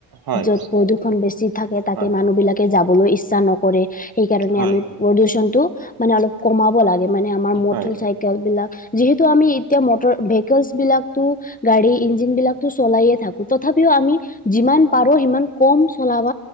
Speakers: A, on the right (about 70°); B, on the left (about 20°).
A: হয়
B: য'ত প্ৰদূষণ বেছি থাকে। তাতে
A: হয়
B: মানুহ বিলাকে যাবলৈ ইচ্ছা নকৰে। সেইকাৰণে
A: হয়
B: আমি প্ৰদূষণ টো মানে অলপ কমাব লাগে, মানে আমাৰ মটৰ
A: হয়
B: চাই চাইকেল বিলাক। যিহেতু আমি এতিয়া ম ভ বিলাকটো গাড়ী ইঞ্জিন বিলাকটো চলায়ে থাকো। তথাপিও আমি যিমান পাৰো সিমান কম চলাব